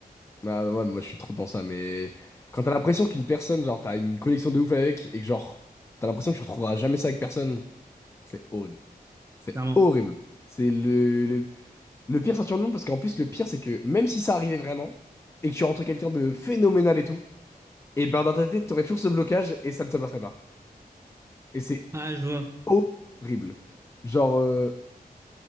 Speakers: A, on the left (about 15°); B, on the right (about 15°).
A: Bah ouais, moi, je suis trop dans ça. Mais quand t'as l'impression qu'une personne, genre, t'as une connexion de ouf avec et que, genre, t'as l'impression que tu retrouveras jamais ça avec personne, c'est horrible. C'est
B: Clairement.
A: horrible. C'est le, le, le pire ceinture de nom parce qu'en plus, le pire, c'est que même si ça arrivait vraiment et que tu rentres quelqu'un de phénoménal et tout, et ben dans ta tête, t'aurais toujours ce blocage et ça ne se passerait pas. Et c'est
B: Ah, je vois.
A: horrible. Genre. euh,